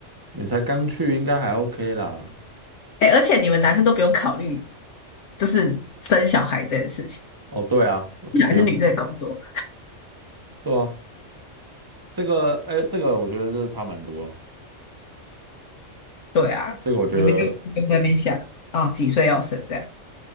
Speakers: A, on the right; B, on the left.
A: 你才刚去，应该还 OK 啦。
B: 哎，而且你们男生都不用考虑，就是生小孩这件事情，
A: 哦，对啊，是不用，
B: 小孩是女生的工作。
A: 对啊，这个，哎，这个我觉得是差蛮多了
B: 对啊，
A: 这个我觉得
B: 你们就不用在那边想啊，几岁要生这样，